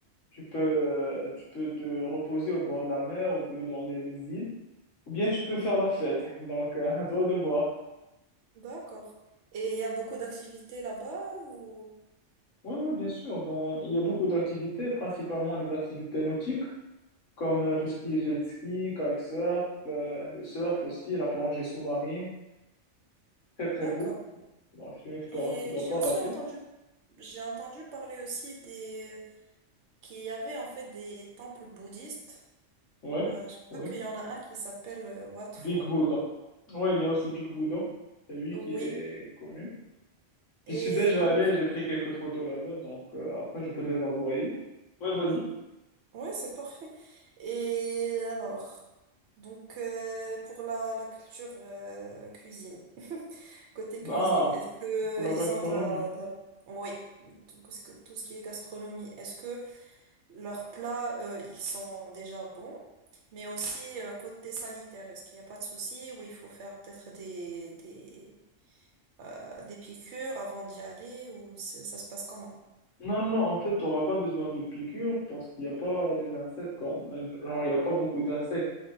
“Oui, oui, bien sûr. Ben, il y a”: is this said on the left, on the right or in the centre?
Left